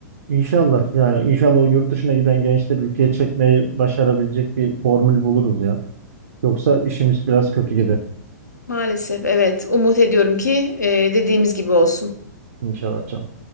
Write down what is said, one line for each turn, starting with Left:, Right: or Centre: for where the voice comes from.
Right: İnşallah yani inşallah o yurt dışına giden gençleri ülkeye çekmeyi başarabilecek bir formül buluruz ya. Yoksa işimiz biraz kötü gibi.
Left: Maalesef evet umut ediyorum ki e, dediğimiz gibi olsun.
Right: İnşallah canım.